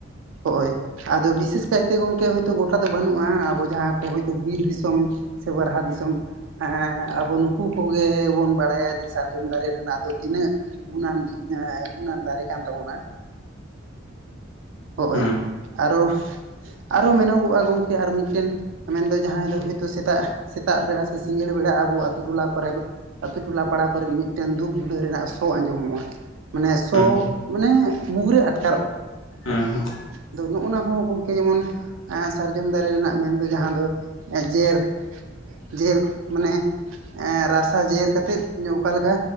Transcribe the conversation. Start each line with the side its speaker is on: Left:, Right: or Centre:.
Right: ᱦᱚᱼᱚᱭ ᱟᱫᱚ ᱵᱤᱥᱮᱥ ᱠᱟᱭᱛᱮ ᱜᱚᱝᱠᱮ ᱳ ᱜᱳᱴᱟ ᱫᱚ ᱵᱟᱹᱱᱩᱜᱼᱟ ᱟᱵᱚ ᱡᱟᱦᱟᱸ ᱠᱚ ᱦᱳᱭᱛᱳ ᱵᱤᱨ ᱫᱤᱥᱚᱢ ᱥᱮ ᱵᱟᱨᱦᱟ ᱫᱤᱥᱚᱢ ᱦᱮᱸ ᱟᱵᱚ ᱱᱩᱠᱩ ᱠᱚᱜᱮ ᱵᱚᱱ ᱵᱟᱲᱟᱭᱟ ᱡᱮ ᱥᱟᱨᱡᱚᱢ ᱫᱟᱨᱮ ᱨᱮᱱᱟᱜ ᱫᱚ ᱛᱤᱱᱟᱹᱜ ᱜᱩᱱᱟᱱ ᱡᱤᱱᱟ ᱜᱩᱱᱟᱱ ᱫᱟᱨᱮ ᱠᱟᱱ ᱛᱟᱵᱚᱱᱟ᱾ ᱦᱚᱳᱼᱭ
Left: ᱦᱩᱸ
Right: ᱟᱨᱚ ᱟᱨᱚ ᱢᱮᱱᱚᱜᱚᱜᱼᱟ ᱜᱚᱝᱠᱮ ᱟᱨ ᱢᱤᱫᱴᱮᱱ ᱢᱮᱱᱫᱚ ᱡᱟᱦᱟᱸᱭ ᱫᱚ ᱦᱳᱭᱛᱳ ᱥᱮᱛᱟᱜ ᱥᱮᱛᱟᱜ ᱵᱮᱲᱟ ᱥᱮ ᱥᱤᱸᱜᱟᱹᱲ ᱵᱮᱲᱟ ᱟᱵᱚ ᱟᱹᱛᱩ ᱴᱚᱞᱟ ᱯᱚᱨᱟ ᱟᱹᱛᱩ ᱴᱚᱞᱟ ᱯᱟᱲᱟ ᱠᱚᱨᱮ ᱢᱤᱫ ᱴᱮᱱ ᱫᱷᱩᱯ ᱡᱩᱲᱟᱹᱣ ᱨᱮᱱᱟᱜ ᱥᱚ ᱟᱸᱡᱚᱢᱚᱜᱼᱟ᱾ ᱢᱟᱱᱮ ᱥᱚ
Left: ᱦᱩᱸ
Right: ᱢᱟᱱᱮ ᱢᱩ ᱨᱮ ᱟᱴᱠᱟᱨᱚᱜᱼᱟ᱾
Left: ᱦᱮᱸ ᱦᱮᱸ
Right: ᱟᱫᱚ ᱱᱚᱜ ᱱᱚᱣᱟ ᱦᱚᱸ ᱜᱚᱝᱠᱮ ᱡᱮᱢᱚᱱ ᱮᱸ ᱥᱟᱨᱡᱚᱢ ᱫᱟᱨᱮ ᱨᱮᱱᱟᱜ ᱢᱮᱱᱫᱚ ᱡᱟᱦᱟᱸ ᱫᱚ ᱡᱮᱨ ᱡᱮᱨᱠ ᱢᱟᱱᱮ ᱨᱟᱥᱟ ᱡᱮᱨ ᱠᱟᱛᱮᱫ ᱚᱠᱟᱞᱮᱠᱟ